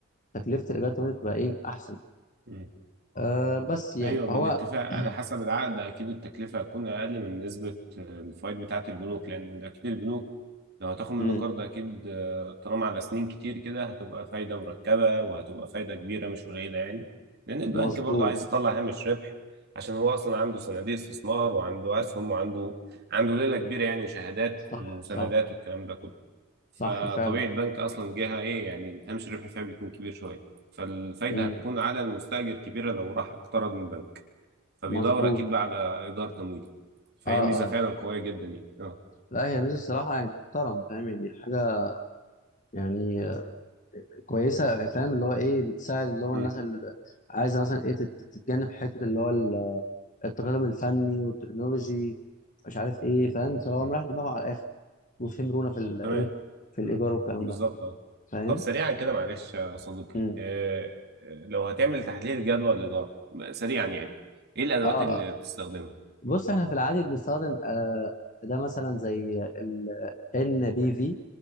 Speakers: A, on the left; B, on the right.
A: تكلفه الايجار التمويلي بتبقى ايه احسن
B: امم
A: آه بس يعني
B: أيوه بالاتفاق
A: هو
B: على
A: <clears throat>
B: حسب العقد أكيد التكلفة هتكون أقل من نسبة الفايد بتاعة البنوك لأن ده أكيد البنوك لو هتاخد منه
A: مم،
B: قرض أكيد آه، طالما على سنين كتير كده هتبقى فايدة مركبة وهتبقى فايدة كبيرة مش قليلة يعني لأن البنك
A: مظبوط
B: برضه عايز يطلع هامش ربح عشان هو أصلا عنده صناديق استثمار وعنده أسهم وعنده عنده ليلة كبيرة يعني وشهادات
A: صح
B: وسندات
A: صح
B: والكلام ده كله فطبيعي
A: صح فعلا
B: البنك اصلا جهه ايه يعني هامش الربح فيها بيكون كبير شويه فالفايده
A: مم،
B: هتكون على المستاجر كبيره لو راح اقترض من البنك فبيدور
A: مظبوط
B: اكيد بقى على ايجار تمويلي فهي
A: اه
B: ميزه
A: آه.
B: فعلا قويه جدا يعني اه
A: لا هي ميزه الصراحه يعني تحترم فاهم يعني حاجه يعني آه، كويسه يعني فاهم اللي هو ايه بتساعد اللي هو
B: امم
A: الناس اللي عايزه مثلا ايه تت- تتجنب حته اللي هو ال- التقدم الفني والتكنولوجي مش عارف ايه فاهم فهو
B: امم
A: مريح دماغه على الاخر وفهم رونا في الايه
B: تمام
A: في الايجار
B: امم
A: والكلام
B: بالظبط
A: ده
B: اه
A: فاهم
B: طب سريعا كده معلش يا صديقي
A: امم
B: آه، آه، لو هتعمل تحليل جدوى الاداره سريعا يعني ايه الادوات
A: اه
B: اللي
A: آه.
B: بتستخدمها
A: بص احنا في العادي بنستخدم آه ده مثلا زي ال NBV